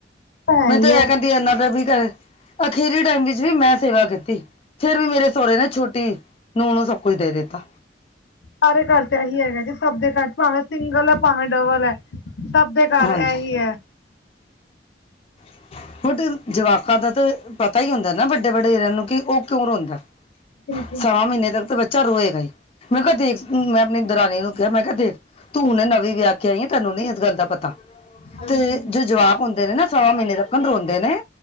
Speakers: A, on the left (about 80°); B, on the left (about 35°).
A: ਹੈ
B: ਮੈ
A: ਹੀ
B: ਤੇ
A: ਹੈ
B: ਇਹ ਕਹਿੰਦੀ ਇਹਨਾ ਦਾ ਵੀ ਕਰੇ। ਅਖੀਰੀ ਟਾਈਮ ਵਿੱਚ ਵੀ ਮੈਂ ਸੇਵਾ ਕੀਤੀ। ਫੇਰ ਵੀ ਮੇਰੇ ਸਹੁਰੇ ਨੇ ਛੋਟੀ ਨੂੰਹ ਨੂੰ ਸਭ ਕੁਝ ਦੇ ਦਿੱਤਾ।
A: ਸਾਰੇ ਘਰ ਚ ਇਹੀ ਹੈਗਾ ਕਿ ਸਭ ਦੇ ਘਰ ਭਾਵੇਂ ਸਿੰਗਲ ਹੈ ਭਾਵੇਂ ਡਬਲ ਹੈ। ਸਭ ਦੇ ਘਰ
B: ਹਾਂਜੀ
A: ਏੇਹੀ ਹੈ।
B: <inaudible> <unintelligible> ਜਵਾਕਾਂ ਦਾ ਤਾਂ ਪਤਾ ਹੀ ਹੁੰਦਾ ਨਾ ਵੱਡੇ ਵੱਡਰੇ <unintelligible> ਨੂੰ ਕਿ ਉਹ ਕਿਉਂ ਰੋਂਦਾ?
A: ਬਿਲਕੁਲ ਬਿਲਕੁਲ,
B: ਸਵਾ ਮਹੀਨੇ ਤੱਕ ਤਾਂ ਬੱਚਾ ਰੋਏਗਾ ਹੀ ਮੈਂ ਕਿਹਾ ਦੇਖ ਮੈਂ ਆਪਣੀ ਦਰਾਣੀ ਨੂੰ ਕਿਹਾ ਮੈਂ ਕਿਹਾ ਦੇਖ ਤੂੰ ਹੂਨੇ ਨਵੀਂ ਵਿਆਹ ਕੇ ਆਈ ਆ ਤੈਨੂੰ ਨੀ ਇਸ ਗੱਲ ਦਾ ਪਤਾ।
A: ਹਾਂਜੀ
B: ਤੇ ਜੋ ਜਵਾਕ ਹੁੰਦੇ ਨੇ ਨਾ ਸਵਾ ਮਹੀਨੇ ਤਕ ਰੋਂਦੇ ਨੇ।